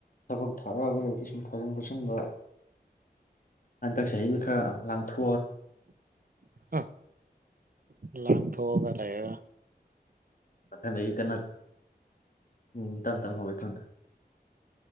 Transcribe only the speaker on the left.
ꯊꯕꯛ ꯊꯥꯔꯛꯑꯒ ꯂꯩꯗꯤ ꯁꯨꯝ ꯊꯥꯖꯤꯟ ꯈꯣꯠꯆꯤꯟꯕ ꯍꯟꯗꯛ ꯆꯍꯤ ꯈꯔ ꯉꯊ
ꯑꯈꯟꯗ ꯑꯩ ꯀ ꯎꯝ ꯇꯝ ꯇꯝ ꯍꯋ ꯊꯟꯊ